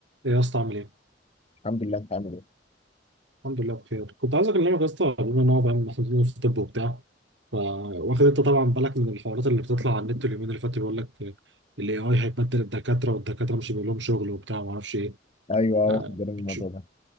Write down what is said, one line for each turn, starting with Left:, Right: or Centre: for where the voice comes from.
Right: ايه يا اسطى عامل ايه؟
Left: الحمد لله انت عامل ايه
Right: الحمد لله بخير كنت عايز اكلمك يا اسطى بما ان هو فاهم محطوطين في الطب وبتاع ف واخد انت طبعا بالك من الحوارات اللي بتطلع على النت اليومين اللي فاتوا بيقول لك الاي اي هيبدل الدكاتره والدكاتره مش هيبقى لهم شغل وبتاع ما اعرفش ايه
Left: ايوه
Right: آه،
Left: واخد بالي من
Right: بتش-
Left: الموضوع ده